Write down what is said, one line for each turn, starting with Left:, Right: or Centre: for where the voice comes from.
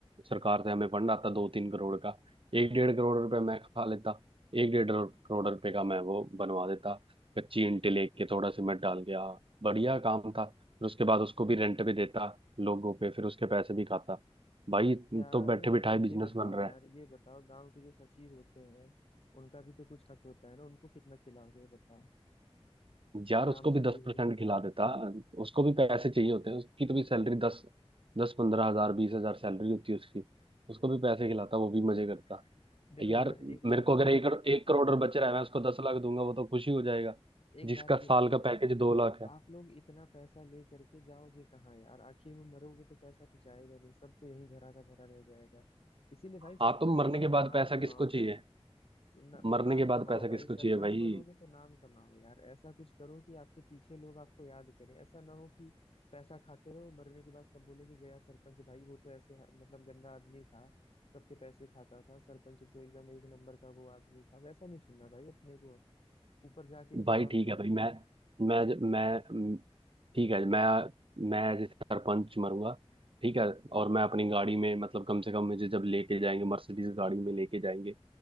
Right: सरकार से हमें फंड आता दो तीन करोड़ का एक डेढ़ करोड़ रुपए मैं खा लेता एक डेढ़ करोड़ रुपए का मैं वो बनवा देता कच्ची ईंटें लेके थोड़ा सीमेंट डाल के आ बढ़िया काम था फिर उसके बाद उसको भी रेंट पे देता लोगों पे फिर उसके पैसे भी खाता भाई
Left: यार
Right: तो बैठे बिठाए
Left: ये
Right: बिजनेस
Left: बताओ
Right: बन रहा
Left: यार
Right: है
Left: ये बताओ गांव के जो सचिव होते हैं उनका भी तो कुछ हक होता है ना उनको कितना खिलाओगे ये बताओ
Right: यार
Left: ग्राम
Right: उसको भी
Left: सचिव
Right: दस परसेंट
Left: जो होते
Right: खिला देता उसको भी पैसे चाहिए होते हैं उसकी तो भी सैलरी दस दस पंद्रह हजार बीस हजार सैलरी होती है उसकी उसको भी पैसे खिलाता वो भी
Left: हैं <laughs>
Right: मजे करता
Left: देखो
Right: यार
Left: यार एक
Right: मेरे
Left: बात
Right: को अगर
Left: तो
Right: एक
Left: ये
Right: करो-
Left: है ना
Right: एक
Left: भाई
Right: करोड़ बच रहा है मैं उसको दस लाख दूंगा वो तो खुशी हो जाएगा
Left: एक
Right: जिसका
Left: बात ये
Right: साल
Left: बताओ
Right: का पैकेज दो लाख है
Left: आप लोग इतना पैसा ले करके जाओगे कहाँ यार आखिर में मरोगे तो पैसा तो जाएगा नहीं सब तो यहीं धरा का धरा रह जाएगा इसीलिए भाई सरपंच
Right: हाँ तो मरने
Left: बनो
Right: के
Left: तो
Right: बाद
Left: नाम
Right: पैसा
Left: कमाओ
Right: किसको चाहिए
Left: यार न,
Right: मरने
Left: म- नाम
Right: के बाद
Left: कमाओ
Right: पैसा किसको
Left: भाई सरपंच
Right: चाहिए भाई
Left: बनोगे तो नाम कमाओ यार ऐसा कुछ करो कि आपके पीछे लोग आपको याद करें ऐसा ना हो कि पैसा खाते रहो मरने के बाद सब बोले कि गया सरपंच भाई वो तो ऐसे ह- मतलब गंदा आदमी था सबके पैसे खाता था सरपंच तो एकदम एक नंबर का वो आदमी था वैसा नहीं सुनना भाई अपने को ऊपर जाके भी जवाब
Right: भाई ठीक
Left: देना
Right: है भाई मैं
Left: है
Right: मैं मैं म, ठीक है मैं मैं एज सरपंच मरूंगा ठीक है और मैं अपनी गाड़ी में मतलब कम से कम मुझे जब लेके जाएंगे मर्सिडीज गाड़ी में लेके जाएंगे